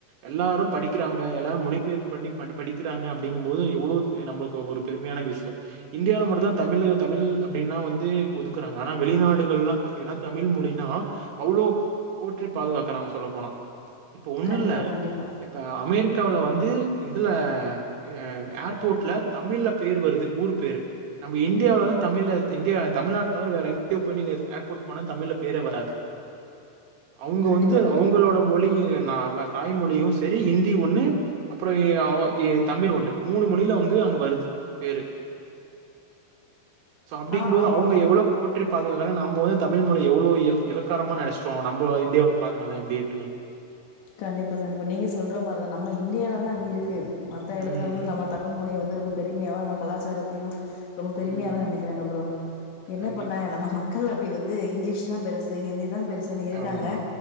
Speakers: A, on the right; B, on the left.
A: எல்லாரு படிக்கிறாங்க எல்லாரு மொழிபெயர்ப்பு பண்ணி பண்ணி படிக்கிறாங்க அப்டிங்கும் போது எவ்ளோ து நம்மளுக்கு ஒரு பெருமையான விஷ்யோ இன்டியால மட்டுந்தா தமிழு தமிழ் அப்டின்னா வந்து ஒதுக்குறாங்க ஆனா வெளிநாடுகள்லா பாத்தீங்கன்னா தமிழ் மொழினா அவ்ளோ போற்றி பாதுகாக்கறாங்க சொல்ல போனா இப்ப ஒண்ணு
B: கண்டிப்பா
A: இல்ல
B: கண்டிப்பா
A: இப்ப அமெரிக்காவ்ல வந்து இதுல ஏ ஏர்போட்ல தமிழ்ல பேர் வருது ஊர் பேரு நம்ம இன்டியால வந்து தமிழ் இன்டியா தமிழ்நாடு தவிர வேற எங்கயு போய நீங்க ஏர்போட் போன தமிழ்ல பேரே வராது அவுங்க
B: கண்டிப்பா
A: வந்து
B: கண்டிப்பா
A: அவுங்களோட மொழிய ந தாய்மொழியு செரி இந்தி ஒண்ணு அப்பறோ ஏ ஒ எ தமிழ் ஒண்ணு மூணு மொழில அங்கு அங்கு வருது பேரு சோ அப்டிங்கம்போது
B: ஆ ஆமா
A: அவுங்க
B: ஆமா
A: எவ்ளோ போற்றி பாதுகாக்கறாங்க நம்ம வந்து தமிழ் மொழி எவ்ளோ எ இலக்காரமா நெனஸ்டோ நம்ம இன்டியாவுல பாருங்கலே எப்டி இருக்குன்னு
B: கண்டிப்பா கண்டிப்பா நீங்க சொல்ற மாத்ரிதா நம்ம இந்டியால தா அப்டி இருக்கு மத்த எடத்துலல்
A: ம்
B: நமக் தமிழ் மொழிய வந்து ரொம்ப பெரிம்மியாவு நம்ம கலாச்சாரத்தையும் ரொம்ப பெரும்யா
A: ம்
B: தா நெனக்கிறங் அப்புறோ என்ன
A: கண்டிப்பா
B: பண்ண நம்ம மக்கள் அபபடி வந்து இங்லீஷ்னா பெருசு ஹிந்தி தா பெருசுன்னு இருக்காங்க
A: ஆமா